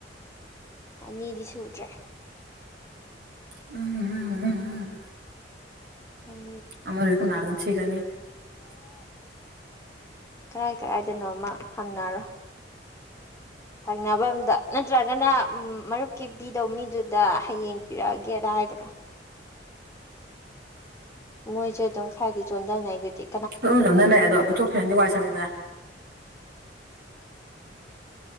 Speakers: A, on the left; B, on the right.
A: ꯑꯅꯤꯗꯤ ꯁꯨꯗ꯭ꯔꯦ
B: ꯎꯝ ꯎꯝ ꯎꯝ ꯎꯝ
A: ꯑꯪ
B: ꯑꯃꯔ ꯑꯣꯏꯨꯝ ꯑꯗꯀꯅꯤ
A: ꯀꯔꯥꯏ ꯀꯔꯥꯏꯗꯅꯣꯃ ꯍꯪꯅꯔꯣ ꯍꯪꯅꯕ ꯑꯝꯗ ꯅꯠꯇ꯭ꯔꯒꯅ ꯃꯔꯨꯞꯀꯤ ꯄꯤꯗꯧ ꯃꯤꯗꯨꯗ ꯍꯌꯦꯡ ꯄꯤꯔꯛꯑꯒꯦꯗꯥꯏꯈ꯭ꯔꯣ ꯃꯣꯏꯁꯨ ꯑꯗꯨꯝ ꯈꯔꯗꯤ ꯆꯣꯟꯊꯅꯩꯒꯤꯗꯤ
B: ꯂꯣꯏꯅ ꯂꯝꯅ ꯂꯩꯩ ꯑꯗꯣ ꯄꯨꯊꯣꯛꯈꯤꯕꯅꯗꯤ ꯋꯥꯏ ꯁꯪꯉꯗꯅ